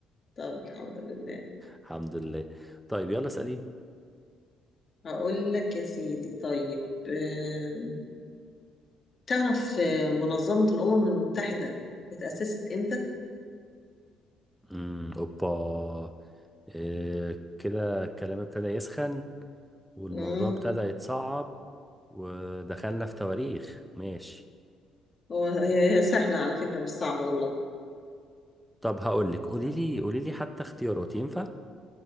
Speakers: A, on the left; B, in the centre.
A: طب الحمد لله
B: الحمد لله طيب يلا اسأليني
A: هقول لك يا سيدي طيب آم، تعرف آه، منظمة الأمم المتحدة اتأسست امتى؟
B: امم اوبا إيه كده الكلام ابتدى يسخن والموضوع
A: مم.
B: ابتدى يتصعب ودخلنا في تواريخ ماشي
A: هو هي هي سهلة على فكرة مش صعبة والله
B: طب هقول لك قولي لي قولي لي حتى اختيارات ينفع